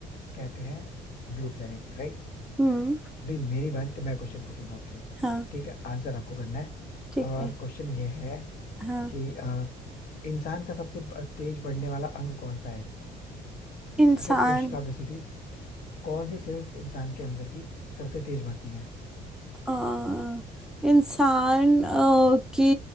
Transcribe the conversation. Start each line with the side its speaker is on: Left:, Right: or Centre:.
Left: कहते हैं ब्लू प्लेनेट राइट
Centre: हम्म
Left: भाई मेरी बारी तो मैं क्वेश्चन पूछूंगा आपसे
Centre: हाँ
Left: ठीक है आंसर आपको करना है
Centre: ठीक
Left: और
Centre: है
Left: क्वेश्चन ये है
Centre: हाँ
Left: कि अ, इंसान का सबसे तेज बढ़ने वाला अंग कौन सा है
Centre: इंसान
Left: या फिर कोशिका बेसिकली कौन सी सेल्स इंसान के अंदर की सबसे तेज बढ़ती है
Centre: अ, इंसान अ, की